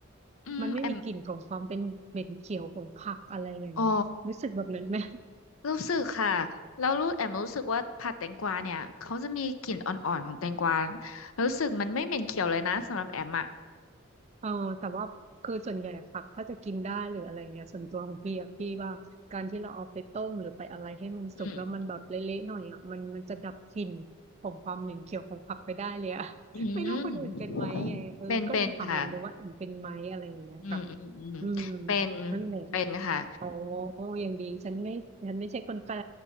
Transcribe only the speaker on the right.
มันไม่มีกลิ่นของความเป็นเหม็นเขียวของผักอะไรอย่างเงี้ยรู้สึกแบบนั้นไหม
เออแต่ว่าคือส่วนใหญ่ผักถ้าจะกินได้หรืออะไรเงี้ยส่วนตัวของพี่อะพี่ว่าการที่เราเอาไปต้มหรือไปอะไรให้มันสุกแล้วมันแบบเละๆหน่อยอะมันมันจะดับกลิ่น
ของความเหม็นเขียวของผักไปได้เลยอะ <laughs>
ไม่รู้คนอื่นเป็นไหมไงเออก็เลยถามแอมดูว่าแอมเป็นไหมอะไรอย่างเงี้ยค่ะ
อืม
นั่นแหละ
อ๋อยังดีฉันไม่ฉันไม่ใช่คนแปล